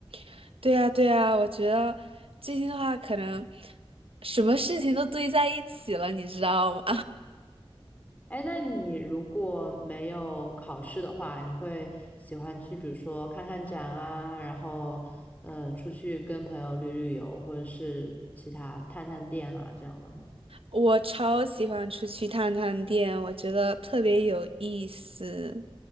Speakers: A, on the right; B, on the left.
A: <laughs> 对呀对呀，我觉得最近的话，可能什么事情都堆在一起了，你知道吗？
B: 哎，那你如果没有考试的话，你会喜欢去，比如说看看展啊，然后呃，出去跟朋友旅旅游，或者是其他探探店啊这样的吗？
A: 我超喜欢出去探探店，我觉得特别有意思。